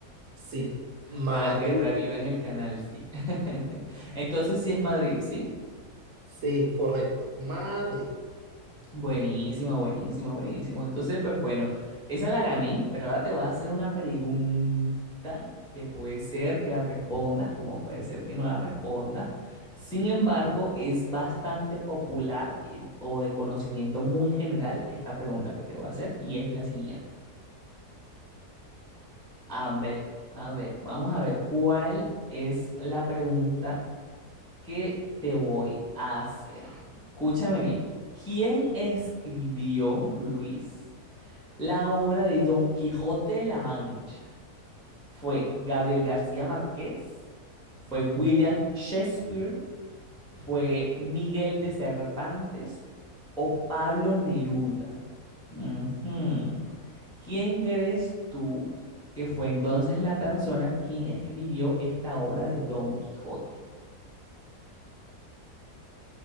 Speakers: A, on the right; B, in the centre.
A: Sí, Madrid.
B: Para que revivan el canal, sí. <laughs> Entonces sí es Madrid, ¿sí?
A: Sí, correcto. Madrid.
B: Buenísima, buenísima, buenísima. Entonces, pues bueno, esa la gané, pero ahora te voy a hacer una pregunta que puede ser que la respondas, como puede ser que no la respondas. Sin embargo, es bastante popular eh, o de conocimiento muy general esta pregunta que te voy a hacer y es la siguiente. A ver, a ver, vamos a ver cuál es la pregunta ¿Qué te voy a hacer? Escúchame bien. ¿Quién escribió, Luis, la obra de Don Quijote de la Mancha? ¿Fue Gabriel García Márquez? ¿Fue William Shakespeare? ¿Fue Miguel de Cervantes o Pablo Neruda? Ujú. ¿Quién crees tú que fue entonces la persona quien escribió esta obra de Don Quijote?